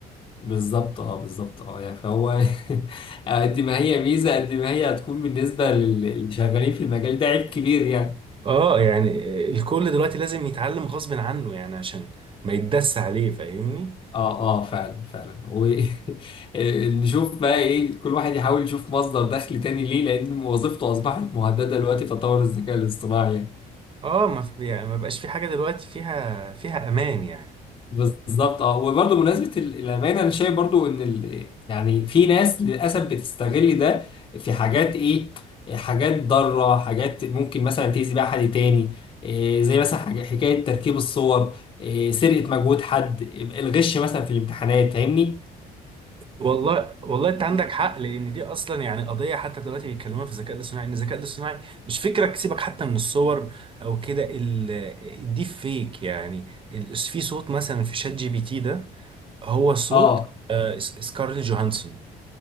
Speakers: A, on the left; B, on the right.
A: بالظبط اه بالظبط اه يعني فهو <laughs> قد ما هي ميزة قد ما هي هتكون بالنسبة لل- للي شغالين في المجال ده عيب كبير يعني
B: اه يعني الكل دلوقتي لازم يتعلم غصب عنه يعني عشان ما يتدس عليه فاهمني
A: اه اه فعلا فعلا ونشوف <laughs> بقى ايه كل واحد يحاول يشوف مصدر دخل تاني ليه لأن وظيفته أصبحت مهددة دلوقتي بتطور الذكاء الاصطناعي يعني.
B: اه ما في يعني ما بقاش في حاجه دلوقتي فيها فيها امان يعني
A: بالظبط اه وبرضه بمناسبه ال- الامانه انا شايف برضه ان ال... يعني في ناس للاسف بتستغل ده في حاجات ايه حاجات ضاره حاجات ممكن مثلا تاذي بيها حد تاني إيه زي مثلا حاجة حكايه تركيب الصور إيه سرقه مجهود حد الغش مثلا في الامتحانات فاهمني
B: والله والله انت عندك حق لان دي اصلا يعني قضيه حتى دلوقتي بيتكلموها في الذكاء الاصطناعي ان الذكاء الاصطناعي مش فكرك سيبك حتى من الصور او كده ال- الديب فيك يعني ال- في صوت مثلا في شات جي بي تي ده هو صوت
A: اه
B: آه، اس- سكارلي جوهانسون